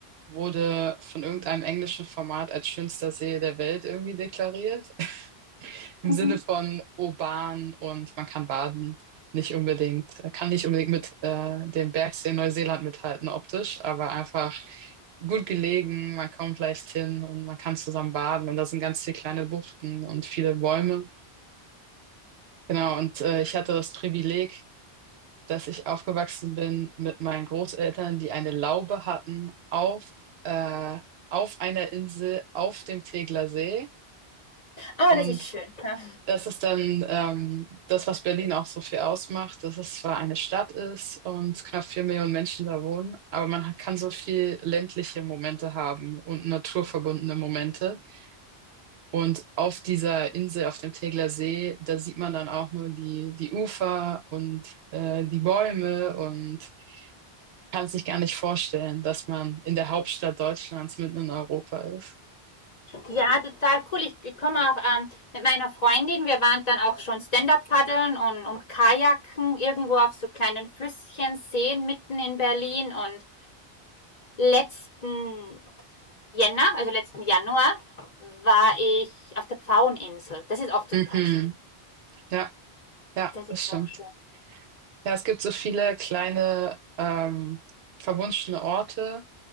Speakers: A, on the right; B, on the left.
A: wurde von irgendeinem englischen Format als schönster See der Welt irgendwie deklariert. <laughs> Im
B: <laughs>
A: Sinne von urban und man kann baden. Nicht unbedingt, kann nicht unbedingt mit äh, dem Bergsee in Neuseeland mithalten optisch, aber einfach gut gelegen, man kommt leicht hin und man kann zusammen baden und da sind ganz viele kleine Buchten und viele Bäume. Genau, und äh, ich hatte das Privileg, dass ich aufgewachsen bin mit meinen Großeltern, die eine Laube hatten auf, äh, auf einer Insel auf dem Tegeler See.
B: Oh,
A: Und
B: das ist schön. Ja.
A: das ist dann ähm, das, was Berlin auch so viel ausmacht, dass es zwar eine Stadt ist und knapp vier Millionen Menschen da wohnen, aber man kann so viel ländliche Momente haben und naturverbundene Momente. Und auf dieser Insel, auf dem Tegeler See, da sieht man dann auch nur die, die Ufer und äh, die Bäume und kann sich gar nicht vorstellen, dass man in der Hauptstadt Deutschlands mitten in Europa ist.
B: Ja, total cool. Ich komme auch ähm, mit meiner Freundin. Wir waren dann auch schon Stand-up-Paddeln und, und Kajaken irgendwo auf so kleinen Flüsschen, Seen mitten in Berlin. Und letzten Jänner, also letzten Januar, war ich auf der Pfaueninsel. Das ist auch total
A: Mhm.
B: schön.
A: Ja, ja,
B: Das
A: das
B: ist
A: stimmt.
B: auch schön.
A: Ja, es gibt so viele kleine ähm, verwunschene Orte,